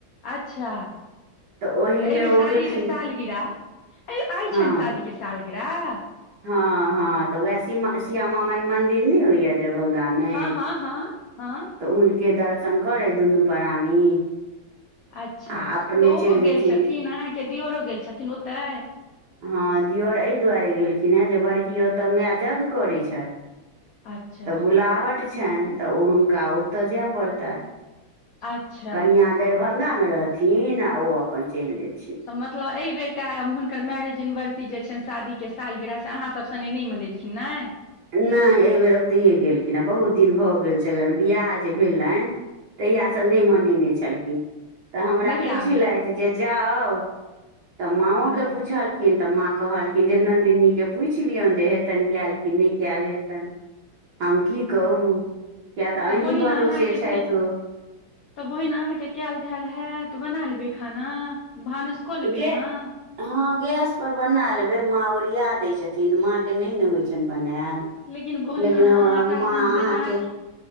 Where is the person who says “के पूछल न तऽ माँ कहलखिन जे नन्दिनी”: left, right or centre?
Right